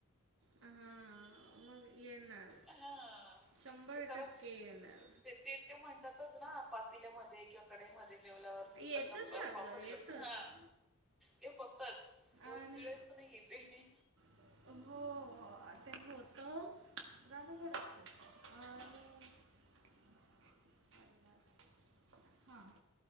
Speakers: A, on the right (about 55°); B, in the centre.
A: हा मग येणार
B: हा
A: शंभर
B: ते खरंच
A: टक्के येणार.
B: ते ते ते म्हणतातच ना पातील्यामध्ये किंवा कडाईमध्ये जेवल्यावर.
A: येतच
B: लग्न पावसात
A: अगं येतच
B: लग्न ह ते होतच कोइन्सिडेनस
A: आणि
B: नाही. ते.
A: हो ते होत <unintelligible> अ <inaudible> हा.